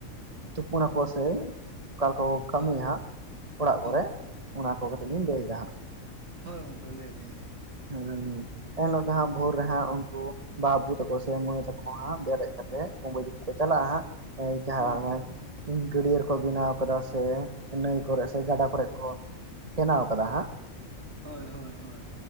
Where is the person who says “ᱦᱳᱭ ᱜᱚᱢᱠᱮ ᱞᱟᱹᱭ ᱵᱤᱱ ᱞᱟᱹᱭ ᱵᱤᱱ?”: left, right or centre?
Right